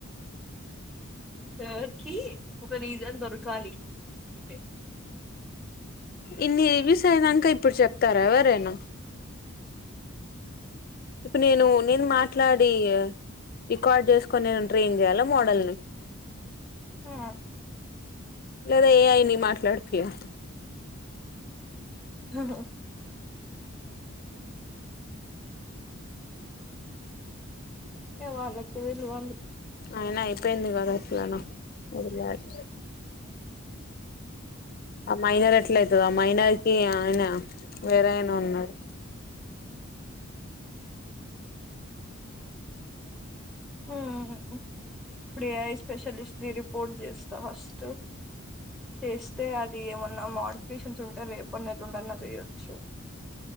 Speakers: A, in the centre; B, on the left.
A: సార్ కి ఒక రీజన్ దొరుకాలి అంతే
B: ఇన్నివిస్ అయినాక ఇప్పుడు చెప్తారా ఎవరైనా ఇప్పు నేను నేను మాట్లాడి రికార్డ్ చేసుకొని నేను ట్రైన్ చేయాల మోడల్ని
A: ఆ
B: లేదా ఏఐని మాట్లాడిపియాల
A: ఆహా ఏ వాళ్ళచ్చదే వాల్
B: ఆయన అయిపోయింది కదా ఎట్లనో వదిలేయాలి. ఆ మైనర్ ఎట్ల అయితది. ఆ మైనార్కి ఆయన వేరే ఆయన ఉన్నాడు.
A: ఆహ్ ఇప్పుడు ఏఐ స్పెషలిస్ట్ ది రిపోర్ట్ చేస్తా ఫస్ట్ చేస్తే అది ఏమన్నా మాడిఫికేషన్స్ ఉంటే రేపన్న ఎల్లుండన్న చేయొచ్చు.